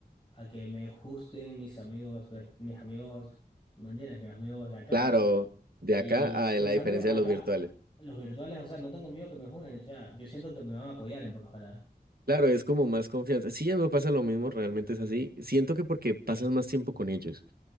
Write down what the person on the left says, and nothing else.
a que me juzguen mis amigos, ver- mis amigos, ¿me entiendes? Mis amigos de acá.
Y
en cambio,
acá,
los virtuales, o sea, no tengo miedo que me juzguen, o sea, yo siento que me van a apoyar en pocas palabras.